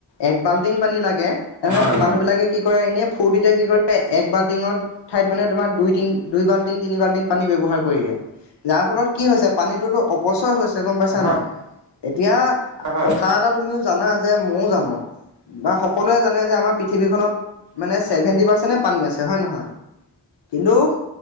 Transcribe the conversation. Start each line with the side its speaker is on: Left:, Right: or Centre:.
Left: এক বাল্টিং পানী লাগে, তেনেহ'লে
Right: হয় হয়
Left: মানুহবিলাকে- কি কৰে এনেই ফুৰ্টিতে কি কৰে এক বাল্টিঙত ঠাইত মানে তোমাৰ দুই, তিনি, দুই বাল্টিং, তিনি বাল্টিং- পানী ব্যৱহাৰ কৰিলে। যাৰ ফলত কি হৈছে পানীটো অপচয় হৈছে গম
Right: হয়।
Left: পাইছা নাই। এতিয়া
Right: হয় হয়
Left: কথা এটা তুমিও জানা যে মইয়ো জানো বা সকলোৱে জানে যে আমাৰ- পৃথিৱীখনত মানে ছেভেন্টি পাৰ্চেণ্টে পানী আছে হয়, নহয় কিন্তু-